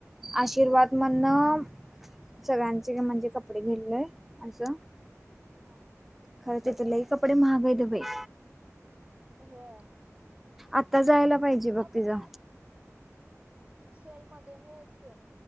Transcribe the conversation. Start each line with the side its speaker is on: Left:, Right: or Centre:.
Centre: आशीर्वाद
Right: हा
Centre: म्हणण. सगळ्यांचे म्हणजे कपडे घेतलेय असं.
Right: हा
Centre: खरंच तर लई कपडे महागाय द बाई.
Right: होय.
Centre: आता जायला पाहिजे बघ
Right: आता
Centre: तिझं.
Right: जर सेल मध्ये होतच की